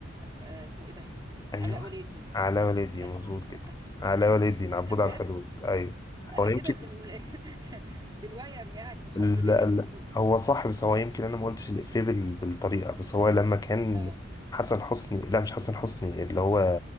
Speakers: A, on the right; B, on the left.
A: آه، اسمه ايه ده
B: ايوه
A: علاء ولي الدين
B: على والدي
A: انا
B: مظبوط
A: فيهم
B: كده
A: بقى <laughs>
B: على والدي عبود
A: كده بجد
B: على الحدود ايوه
A: انا
B: هو
A: كده
B: يمكن
A: بال <laughs> بالويم يعني الحمد
B: لا
A: لله
B: لا
A: وصلت
B: هو صح
A: <laughs>
B: بس هو يمكن انا ما قلتش الافيه بال- بالطريقة بس هو لما كان
A: اه
B: حسن حسني لا مش حسن حسني اللي هو